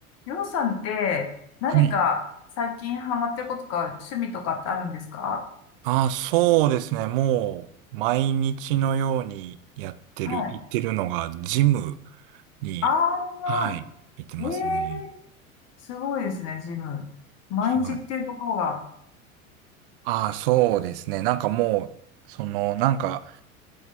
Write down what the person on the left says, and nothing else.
りょうさんって何か最近ハマってることか趣味とかってあるんですか
はい。
ああ、
ええすごいですね、ジム。毎日っていうところが。